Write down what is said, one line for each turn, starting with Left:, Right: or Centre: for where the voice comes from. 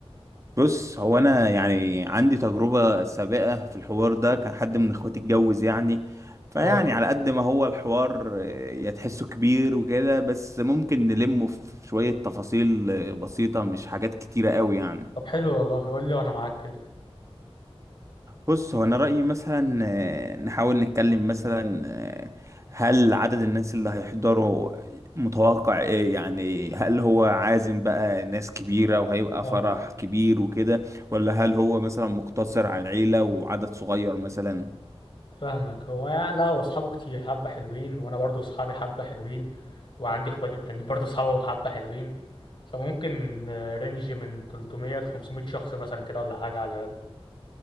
Right: بص هو أنا يعني عندي تجربة سابقة في الحوار ده كان حد من إخواتي اتجوز يعني فيعني
Left: كويس
Right: على قد ما هو الحوار آه، يتحسه كبير وكده بس ممكن نلمه في شوية تفاصيل آه، بسيطة مش حاجات كتيرة قوي يعني
Left: طب حلو والله قول لي وانا معاك كده
Right: بص هو انا رايي مثلا آه، نحاول نتكلم مثلا آه، هل عدد الناس اللي هيحضروا متوقع ايه يعني هل هو عازم بقى ناس كبيره وهيبقى
Left: اه
Right: فرح كبير وكده ولا هل هو مثلا مقتصر على العيله وعدد صغير مثلا
Left: فاهمك هو يعني لا هو اصحابه كتير حبه حلوين وانا برضو اصحابي حبه حلوين وعندي اخواتي التانيين برضو اصحابهم حبه حلوين فممكن آه، رينج من 300 ل 500 شخص مثلا كده ولا حاجه على الاقل